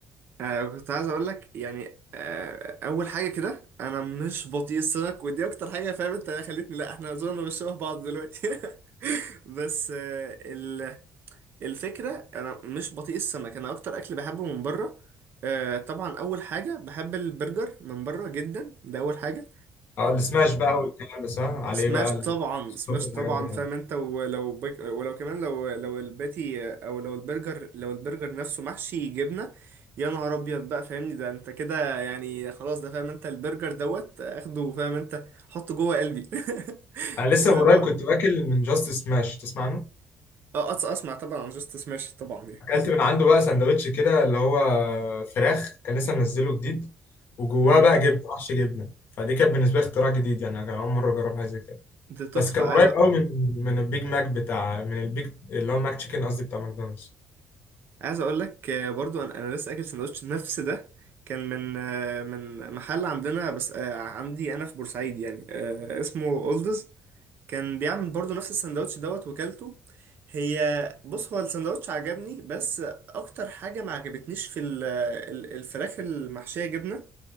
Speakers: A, on the right; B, on the left.
A: آه كنت عايز اقول لك يعني آه اول حاجه كده انا مش بطيء السمك ودي اكتر حاجه فاهم انت خلتني لا احنا زورنا مش شبه بعض دلوقتي <laughs> بس آه ال- الفكره انا مش بطيء السمك انا اكتر اكل بحبه من بره آه طبعا اول حاجه بحب البرجر من بره جدا ده اول حاجه
B: اه السماش بقى والكلام ده صح عليه
A: سماش
B: بقى
A: طبعا
B: الصوصات
A: سماش
B: والحاجات
A: طبعا
B: بتاعته
A: فاهم انت ولو بج... ولو كمان لو لو الباتي او لو البرجر لو البرجر نفسه محشي جبنه يا نهار ابيض بقى فاهمني ده انت كده يعني خلاص ده فاهم انت البرجر دوت اخده فاهم انت حطه جوه قلبي <laughs>
B: انا لسه
A: وبرضه
B: من قريب كنت واكل من جاست سماش تسمع عنه
A: اه أص- اسمع طبعا عن جاست سماش طبعا يعني
B: اكلت من عنده بقى سندوتش كده اللي هو فراخ كان لسه منزله جديد وجواه
A: امم
B: بقى جبنه وحش جبنه فدي كانت بالنسبه لي اختراع جديد يعني انا كان اول مره اجرب حاجه زي كده
A: ده تحفه
B: بس كان
A: عايز
B: قريب
A: أ...
B: قوي من من البيج ماك بتاع من البيج اللي هو ماك تشيكن قصدي بتاع ماكدونالدز
A: عايز اقول لك آه، برضو انا انا لسه اكل سندوتش نفس ده كان من آه، من محل عندنا بس آه، عندي انا في بورسعيد يعني آه، اسمه اولدز كان بيعمل برضو نفس السندوتش دوت وكلته هي بص هو السندوتش عجبني بس اكتر حاجة ما عجبتنيش في ال- ال- الفراخ المحشية جبنة